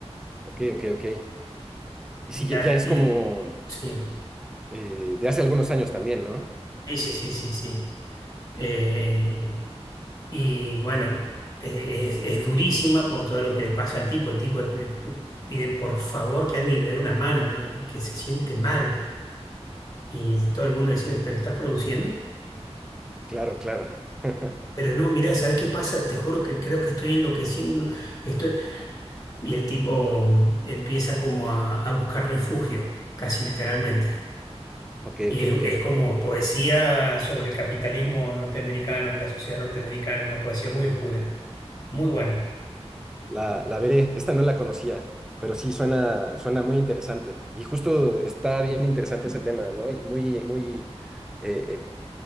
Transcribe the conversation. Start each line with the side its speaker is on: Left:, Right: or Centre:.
Centre: ok, ok, ok. Y
Left: Y
Centre: sí,
Left: la,
Centre: ya, ya es
Left: y-
Centre: como
Left: sí,
Centre: eh, de hace algunos años también, ¿no?
Left: sí, sí, sí, sí. sí. Eh, y bueno, eh, es, es durísima por todo lo que le pasa al tipo. El tipo eh, pide por favor que alguien le dé una mano, ¿no? Que se siente mal. Y todo el mundo diciendo, ¿pero estás produciendo?
Centre: Claro, claro. <laughs>
Left: Pero no, mirá, ¿sabés qué pasa? Te juro que creo que estoy enloqueciendo. Estoy... Y el tipo empieza como a, a buscar refugio, casi literalmente.
Centre: Ok,
Left: Y
Centre: ok,
Left: es,
Centre: ok.
Left: es como poesía sobre el capitalismo norteamericano y la sociedad norteamericana, una poesía muy oscura, muy buena.
Centre: La, la veré, esta no la conocía, pero sí suena, suena muy interesante. Y justo está bien interesante ese tema, ¿no? Y muy, muy, eh,